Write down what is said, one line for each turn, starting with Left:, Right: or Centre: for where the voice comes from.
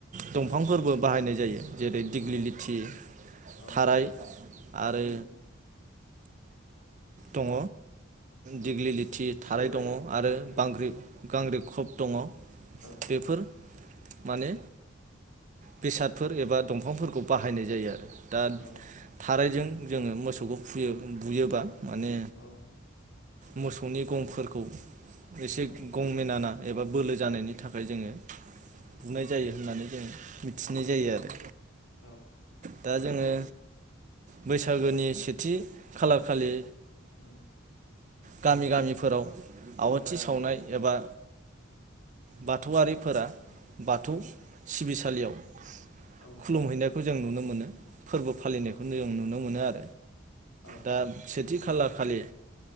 Right: दंफांफोरबो बाहायनाय जायो जेरै दिग्लि
Left: औ
Right: लिथि
Left: औ
Right: थाराय आरो
Left: उम
Right: दङ
Left: औ
Right: दिग्लि लिथि थाराय
Left: सौराय
Right: दङ आरो
Left: ओमफ्राय
Right: बांग्रि गांग्रिं खब दङ'
Left: औ
Right: बेफोर माने बेसादफोर एबा दंफांफोरखौ बाहायनाय जायो आरो दा
Left: औ
Right: थारायजों जोङो मोसौखौ फुयो बुयोबा माने
Left: औ
Right: मोसौनि गंफोरखौ एसे
Left: औ
Right: गंमेनाना एबा बोलो जानायनि थाखाय जोङो बुनाय
Left: उम
Right: जायो होननानै जों मिथिनाय जायो
Left: उम
Right: आरो
Left: औ
Right: दा जोङो बैसागोनि सेथि खालार खालि
Left: उम
Right: गामि गामिफोराव आवाथि सावनाय एबा बाथौआरिफोरा बाथौ
Left: उम
Right: सिबिसालियाव
Left: औ
Right: खुलुमहैनायखौ ज जों नुनो मोनो फोरबो फालिनायखौनो
Left: औ
Right: जों नुनो मोनो आर
Left: औ
Right: दा सेथ थि खाला खालि